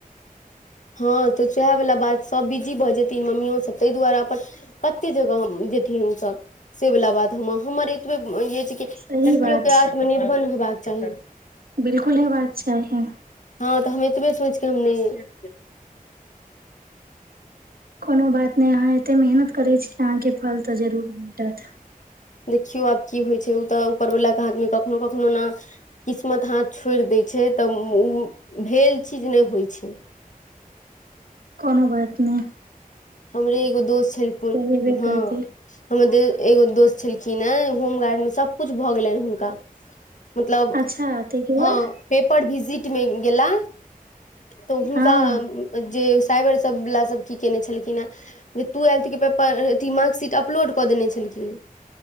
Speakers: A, on the left; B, on the right.
A: हँ तऽ सएह वला बात सब बिजी भऽ जेथिन मम्मियोसभ तहि दुआरे अपन कते जगह हम जेथिन ओसब से वला बात हम हमर एतबे
B: सही
A: लड़कियो
B: बात
A: के आत्मनिर्भर होेबाक चाही
B: बिलकुल ह बाक चाही
A: हँ तऽ हम एतबे सोचके हम न
B: कोनो बात नहि अहाँ एते मेहनत करैत छी अहाँकेँ फल तऽ जरूर भेट
A: देखियौ आब की होइ छै ओ तऽ ऊपरवला के आदमी कखनो कखनो न किस्मत हाथ छोड़ि देै छै तऽ भेल चीज नहि होइ छै
B: कोनो बात नह
A: हमरे एगो दोस्त छय क
B: हेबे
A: हँ
B: करतै
A: हमर ए एगो दोस्त छलखिन ह होमगार्ड मे सबकुछु भऽ गेलनि हुनका मतलब
B: अच्छा ताहिके
A: हँ
B: बाद
A: पेपर भिजिट मे गेला तऽ हुनका
B: हँ
A: जे साइबर सब बला सब की केने छल जे टूएयल्थ पेपरथी मार्कशीट अपलोड कऽ देने छलखिन